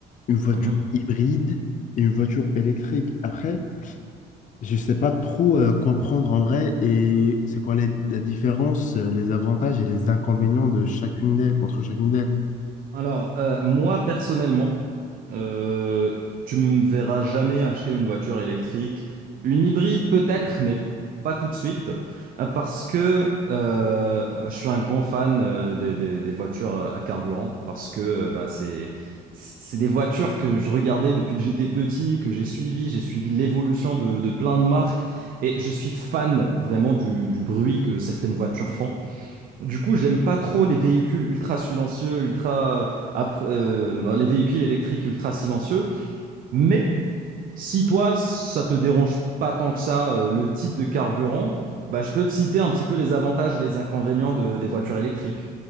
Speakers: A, on the left; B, on the right.
A: une voiture
B: mhm.
A: hybride et une voiture électrique. Après, je sais pas trop euh, quoi prendre en vrai et c'est quoi les- la différence, euh, les avantages et les inconvénients de chacune d'elles, entre chacune d'elles.
B: Alors, euh, moi personnellement, euh, tu me verras jamais acheter une voiture électrique, une hybride peut-être, mais pas tout de suite, euh, parce que euh, je suis un grand fan euh, des, des- des voitures euh, à carburant, parce que euh, bah, c'est c'est des voitures que je regardais depuis que j'étais petit, que j'ai suivi, j'ai suivi l'évolution de, de plein de marques, et je suis fan vraiment du du bruit que certaines voitures font. Du coup, j'aime pas trop les véhicules ultra silencieux, ultra après- euh, les véhicules électriques ultra silencieux. Mais si toi, ça te dérange pas tant que ça, euh, le type de carburant, bah, je peux te citer un petit peu les avantages et les inconvénients de- des voitures électriques.